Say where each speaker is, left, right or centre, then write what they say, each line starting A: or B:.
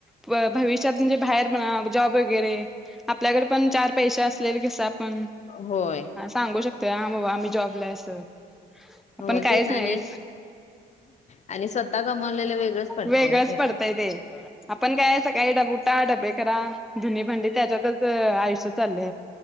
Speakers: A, in the centre; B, on the left.
A: भ भविष्यात म्हणजे बाहेर म्हणा जॉब वगैरे आपल्याकडे पण चार पैसे असलेले कस पण
B: होय
A: सांगू शकतो तोय हां बाबा आम्ही जॉबला हाय असं
B: हो
A: पण काहीच
B: तेच ना
A: नाही
B: आणि आणि स्वतः कमावलेलं वेगळंच पडतंय
A: वेगळंच
B: ओ ते.
A: पडतय ते आपण काय सकाळी डब उठा डबे करा धुनी भांडी त्याच्यातच आयुष्य चाललेय